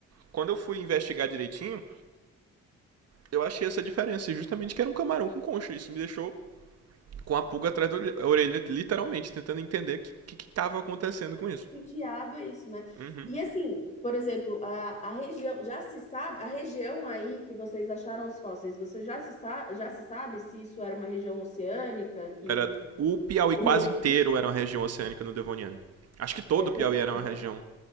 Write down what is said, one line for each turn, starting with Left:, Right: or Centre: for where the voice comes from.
Right: Quando eu fui investigar direitinho, eu achei essa diferença, justamente que era um camarão com concha. Isso me deixou com a pulga atrás da orelha- literalmente, tentando entender o que, que, que acontecendo com isso.
Left: Que diabo é isso, né?
Right: Uhum.
Left: E assim, por exemplo, a, a região, já se sabe, a região aí que vocês acharam os fósseis, você já se, sa- já se sabe se isso era uma região oceânica que,
Right: Era
Left: que
Right: o Piauí
Left: emergiu?
Right: quase inteiro era uma região oceânica no Devoniano. Acho que todo
Left: É o
Right: o Piauí
Left: quê?
Right: era
Left: Como
Right: uma
Left: é
Right: região
Left: que é?